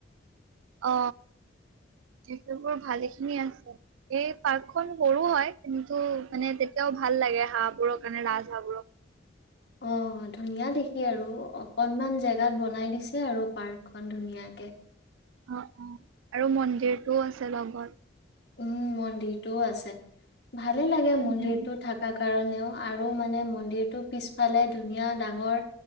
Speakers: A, on the right; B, on the left.
A: অ সেইবোৰ ভাল খিনি আছে এই পাৰ্কখন সৰুো হয় কিন্তু মানে তেতিয়াও ভাল লাগে হাঁহ বোৰক মানে ৰাজ হাঁহ বোৰক
B: অ ধুনীয়া দেখ কি আৰু অকনমান জে জ গাত বনাই দিছে আৰু পাৰ্কখনন ধুনীয়াকে
A: অ অ আৰু মন্দিৰটোও আছে লগত
B: উম মন্দিৰটোও আছে ভালে লাগে মন্দিৰতটো
A: উম, উম,
B: থকা কাৰণেও আৰু মানে মন্দিৰটো পিছফালে ধুনীয়া ডাঙৰ